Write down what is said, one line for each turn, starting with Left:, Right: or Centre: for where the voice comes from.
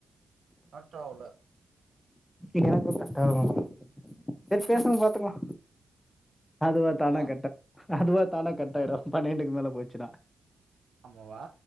Right: ஆட்டோவுல
Left: எனக்கு கட்டாகு செரி பேசுங்க பாத்துக்கலா அதுவா தானா
Right: ஆ
Left: கட்டா அதுவா தான கட்டாயிடு பன்னென்டுக்கு மேல போச்சுன்னா
Right: அம்மு வா